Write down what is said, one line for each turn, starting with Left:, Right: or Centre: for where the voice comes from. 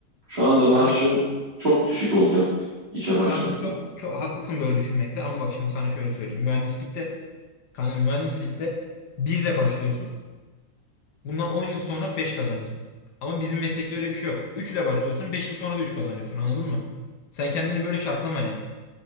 Right: Şu anda maaşın
Left: Kanka şu,
Right: çok düşük olacak işe başlarsam.
Left: tamam çok çok haklısın böyle düşünmekte ama bak şimdi sana şöyle söyleyeyim. Mühendislikte Kanka mühendislikte 1 ile başlıyorsun. Bundan 10 yıl sonra 5 kazanıyorsun. Ama bizim meslekte öyle bir şey yok. 3 ile başlıyorsun, 5 yıl sonra da 3 kazanıyorsun. Anladın mı? Sen kendini böyle şartlama yani.